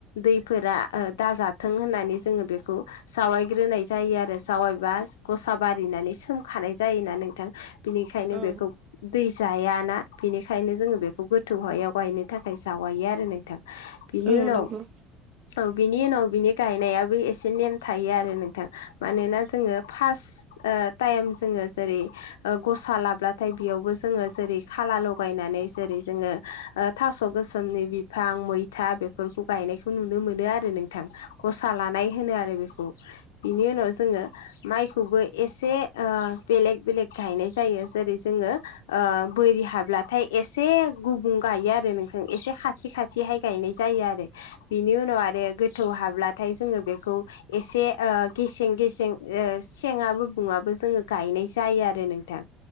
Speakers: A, on the left; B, on the right.
A: दैफोरा दाजाथों होननानै जोङो बेखौ जावायग्रोनाय जायो आरो जावायबा गसा बारिनानै सोमखांनाय जायोना नोंथां। बिनिखायनो
B: औ
A: बेखौ दै जायाना बेनिखायनो जोङो बेखौ गोथौ हायाव गायनो थाखाय सावायो आरो नोंथां बिनि
B: औ
A: उनाव
B: नंगौ
A: औ बिनि उनाव बिनि गायनायाबो एसे नेम थायो आरो नोंथां मानोना जोङो फार्स्ट ओ टाइम जोङो जेरै ओ गसा लाब्लाथाय बेयावबो जोङो जेरै खाला लगायनानै जेरै जोङो ओ थास' गोसोमनि बिफां मैथा बेफोरखौ गायनाय खौ नुनो मोनो आरो नोंथां गसा लानाय होनो आरो बेखौ। बिनि उनाव जोङो माइखौबो एसे ओ बेलेग बेलेग गायनाय जायो जेरै जोङो ओ बोरि हाब्लाथाय एसे गुबुं गायो आरो नोंस एसे खाथि खा थिहाय गायनाय जायो आरो बिनि उनाव आरो गोथौ हाब्लाथाय जोङो बेखौ एसे ओ गेसें गेसें ओ सेंङाबो बुङाबो जोङो गायनाय जायो आरो नोंथां।